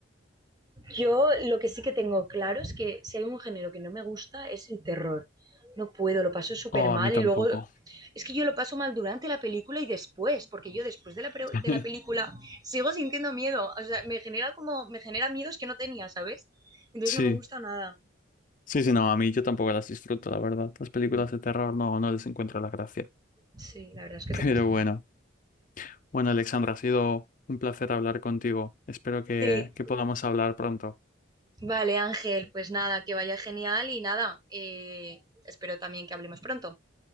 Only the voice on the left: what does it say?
Oh,
a mí tampoco.
<laughs>
Sí,
sí, sí, no, a mí yo tampoco las disfruto, la verdad. Las películas
de terror no, no les encuentro la gracia.
<laughs> Pero
bueno,
bueno, Alexandra, ha sido un placer hablar contigo. Espero que,
que podamos hablar pronto.